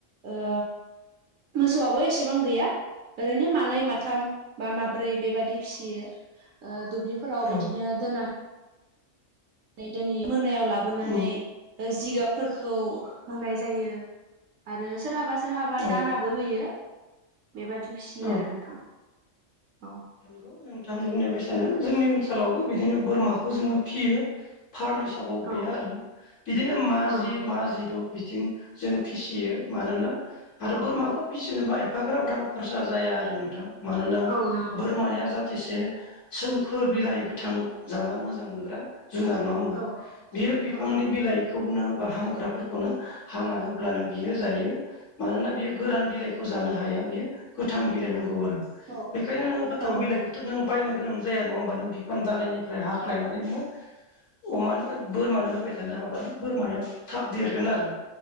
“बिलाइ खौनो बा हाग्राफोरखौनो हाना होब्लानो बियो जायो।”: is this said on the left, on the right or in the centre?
Left